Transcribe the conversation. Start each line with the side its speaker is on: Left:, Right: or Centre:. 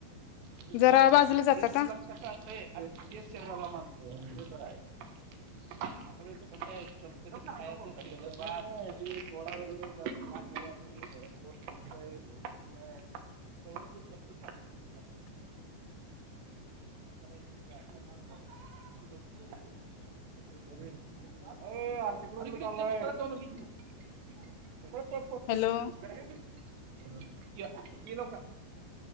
Right: तेच
Left: जरा बाजूला जाता का
Right: लक्षात राहतय आणि तेच शरीराला मानतय ते तर आहे <unintelligible> <unintelligible> <unintelligible> <unintelligible>
Left: हॅलो
Right: य य लवकर